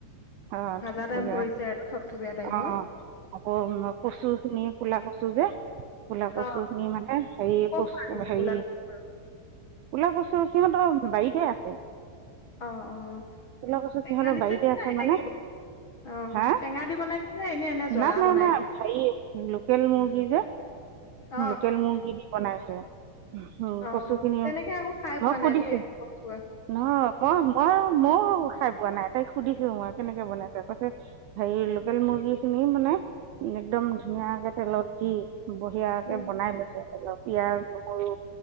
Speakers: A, on the right (about 85°); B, on the left (about 80°).
A: <unintelligible>
B: ভাজা টাইপ কৰিছে আৰু থপথপীয়া টাইপৰ
A: আকৌ কচু খিনি ক'লা ক কচু যে, ক'লা কচু
B: অ
A: খিনি মানে, হেৰি
B: ক
A: কচু
B: পৰা আনিছে
A: হেৰি
B: গোলাঘাটৰ
A: ক'লা কচু সিহঁতৰ বাৰীতে আছে।
B: অ অ
A: ক'লা কচু
B: টেঙা
A: সিহঁতৰ
B: দিছে
A: বাৰীতে
B: নে
A: আছে
B: নাই এনেকে
A: মানে।
B: বন অ
A: হা?
B: টেঙা দি বনাইছে নে এনে এনে জ্বলা
A: নাই-নাই-নাই
B: বনাইছে
A: হেৰি লোকেল মূৰ্গী যে
B: অ
A: লোকেল মূৰ্গী দি বনাইছে। হুম
B: অ
A: কচু খিনি
B: তেনেকে আকৌ খাই
A: মই
B: পোৱা
A: সুধিছো।
B: নাই দেই কচু অ
A: নহয় মই-মই-মইও খাই পোৱা নাই। তাইক সুধিছো মই কেনেকে বনাইছে। কৈছে হেৰি লোকেল মুৰ্গী খিনি মানে একদম ধুনীয়াকে তেলত দি বঢ়িয়াকে
B: উম
A: বনাই লৈছে, তাপাছত পিয়াজ নহৰু